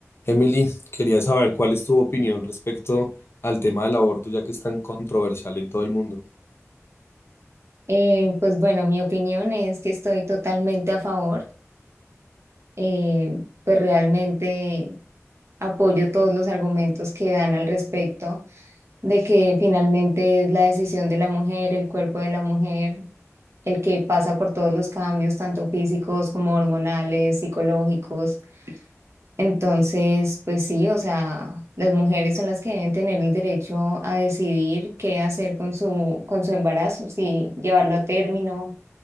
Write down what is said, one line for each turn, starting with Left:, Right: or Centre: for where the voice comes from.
Left: Emily, quería saber cuál es tu opinión respecto al tema del aborto, ya que es tan controversial en todo el mundo.
Right: Eh, pues bueno, mi opinión es que estoy totalmente a favor. eh, pues realmente apoyo todos los argumentos que dan al respecto de que finalmente es la decisión de la mujer, el cuerpo de la mujer, el que pasa por todos los cambios, tanto físicos como hormonales, psicológicos. Entonces, pues sí, o sea, las mujeres son las que deben tener el derecho a decidir qué hacer con su, con su embarazo, si llevarlo a término